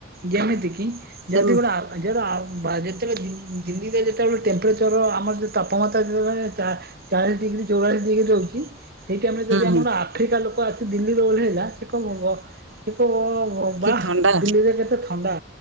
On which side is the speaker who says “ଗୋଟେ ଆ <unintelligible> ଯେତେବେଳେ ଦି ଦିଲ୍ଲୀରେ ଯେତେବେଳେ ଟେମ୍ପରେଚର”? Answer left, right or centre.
Right